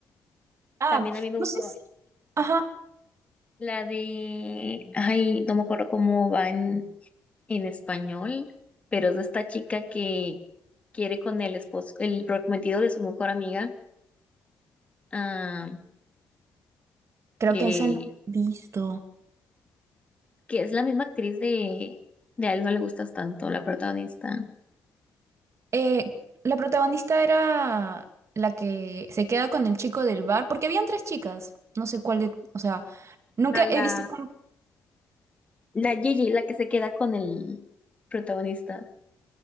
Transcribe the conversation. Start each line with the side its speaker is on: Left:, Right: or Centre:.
Right: Ah,
Left: También a mí me
Right: no
Left: gustó
Right: sé si... Ajá,
Left: la de, ay, no me acuerdo cómo va en, en español, pero es de esta chica que quiere con el esposo, el prometido de su mejor amiga, ah,
Right: creo
Left: que,
Right: que esa no lo he visto.
Left: que es la misma actriz de, de A él no le gustas tanto, la protagonista.
Right: Eh, la protagonista era la que se queda con el chico del bar, porque habían tres chicas. No sé cuál de- o sea, nunca
Left: A la,
Right: he visto con-
Left: La Gigi, la que se queda con el protagonista.